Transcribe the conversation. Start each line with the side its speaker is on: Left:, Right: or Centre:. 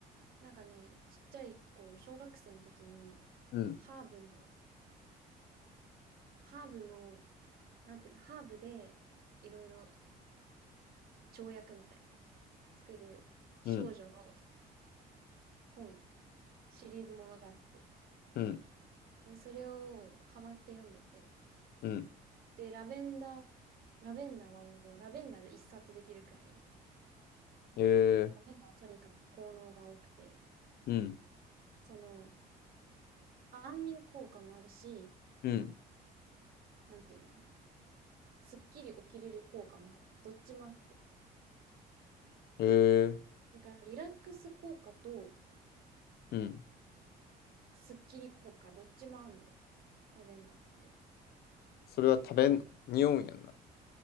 Right: う、なんかね、ちっちゃい頃、小学生の時に、
Left: うん、
Right: ハーブの、ハーブの、なんていうの、ハーブで、いろいろ調薬みたいな、作る少女の
Left: うん、
Right: 本、シリーズものがあって、
Left: うん、
Right: それをハマって読んでて、
Left: うん。
Right: で、ラベンダー、ラベンダーはもう、ラベンダーで一冊できるくらい、
Left: ええ
Right: ラベンダーはとにかく効能が多くて、
Left: うん、
Right: その、安眠効果もあるし、
Left: うん、
Right: なんていうのすっきり起きれる効果もあるの。どっちもあって。
Left: ー、え
Right: なんかリラックス効果と
Left: うん、
Right: すっきり効果どっちもあんのよ。ラベンダーって。
Left: それは食べん、匂うんやんな。